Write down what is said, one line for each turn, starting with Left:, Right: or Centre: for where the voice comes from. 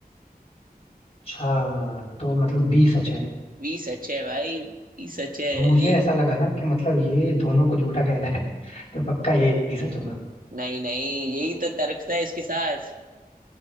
Left: अच्छा तो मतलब बी सच है
Right: बी सच है भाई बी सच है
Left: मुझे
Right: ये
Left: ऐसा लगा ना कि मतलब ये दोनों को झूठा कह रहा है <laughs> तो पक्का यही सच होगा
Right: नहीं नहीं यही तो तर्क था इसके साथ